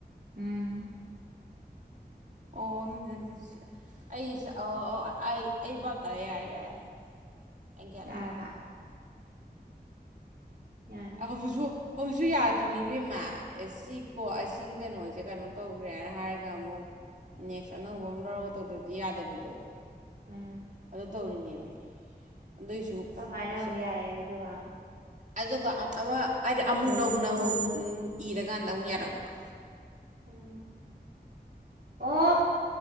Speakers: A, on the right; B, on the right.
A: ꯎꯝ
B: ꯑꯣ ꯅꯠꯗꯦ ꯅꯠꯗꯦ ꯁꯤ ꯑꯩꯁ ꯑꯣ ꯑꯣ ꯑꯩ ꯑꯩ ꯚꯕ ꯇꯔꯦ ꯌꯥꯔꯦ ꯌꯥꯔꯦ ꯑꯩ ꯒꯌꯥꯟ
A: ꯌꯥꯔꯕ
B: ꯂꯥꯏ
A: ꯌꯥꯅꯤ
B: ꯑ ꯍꯖꯤꯛꯁꯨ ꯍꯧꯖꯤꯛꯁꯨ ꯌꯥꯗꯔꯤꯅꯦ ꯏꯕꯦꯝꯃ ꯁꯤ ꯀꯣ ꯑꯁꯤꯒꯤ ꯀꯩꯅꯣꯖꯦ ꯀꯩꯅꯣ ꯇꯧꯈ꯭ꯔꯦꯅ ꯍꯥꯏꯔꯒ ꯑꯃꯨꯛ ꯅꯦꯛꯁ ꯑꯅꯧ ꯍꯣꯡ ꯂꯧꯔꯒ ꯇꯧꯗ꯭ꯔꯗꯤ ꯌꯥꯗꯕꯤꯗꯣ
A: ꯎꯝ
B: ꯑꯗꯨ ꯇꯧꯔꯤꯅꯦꯃꯤ ꯑꯗꯨꯏꯁꯨ
A: ꯀꯃꯥꯏꯅ
B: ꯑꯁꯤ
A: ꯑꯃꯨꯛ ꯌꯥꯔꯛꯏꯕ ꯑꯗꯨꯒ
B: ꯑꯗꯨꯒ ꯑ ꯑꯃ ꯍꯥꯏꯗꯤ ꯑꯃꯨꯛ ꯅꯧꯅ ꯑꯃꯨꯛ ꯍꯨꯝ ꯏꯔꯀꯥꯟꯗ ꯑꯃꯨꯛ ꯌꯥꯔꯛꯄ
A: ꯎꯝ ꯑꯣ